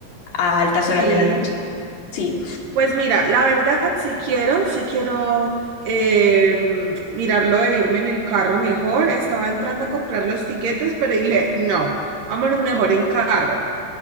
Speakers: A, on the left (about 75°); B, on the right (about 70°).
A: a altas
B: Sí,
A: horas de la noche. Sí,
B: Pues mira, la verdad, si quiero, si quiero eh, mirarlo de irme en el carro mejor. Estaba entrando a comprar los tiquetes, pero dije, no, vámonos mejor en carro.